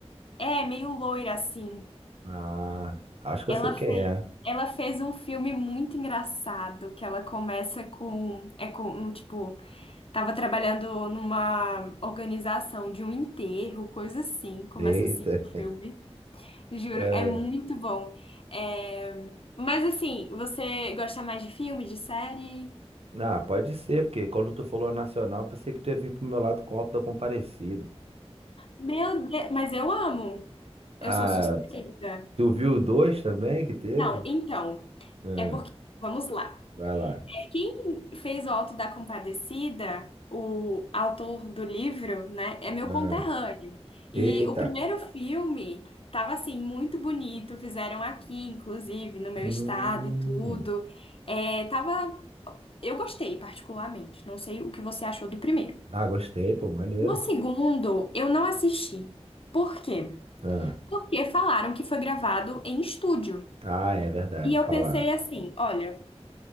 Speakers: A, on the left (about 55°); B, on the right (about 65°).
A: É, meio loira assim.
B: Ah, acho que
A: Ela
B: eu sei quem
A: fez,
B: é.
A: ela fez um filme muito engraçado, que ela começa com, é com, um, tipo, tava trabalhando numa organização de um enterro, coisa assim, começa
B: Eita.
A: assim o filme, juro,
B: É.
A: é muito bom. É, mas assim, você gosta mais de filme, de série?
B: Ah, pode ser, porque quando tu falou a Nacional, eu pensei que tu ia vir pro meu lado com o Alto da Comparecida.
A: Meu Deus, mas eu amo,
B: Ah,
A: eu sou suspeita.
B: tu viu o dois também que teve?
A: Não, então,
B: Ah,
A: é porque, vamos lá.
B: vai lá.
A: Quem fez o Alto da Compadecida, o autor do livro, né, é meu
B: Ah,
A: conterrâneo. E
B: eita.
A: o primeiro filme tava assim muito bonito, fizeram aqui, inclusive, no meu
B: Hum.
A: estado e tudo. É, tava, eu gostei particularmente. Não sei o que você achou do primeiro.
B: Ah, gostei, pô, maneiro.
A: No segundo, eu não assisti. Por quê?
B: Ah,
A: Porque falaram que foi gravado em estúdio.
B: ah, é verdade,
A: E eu
B: falar.
A: pensei assim, olha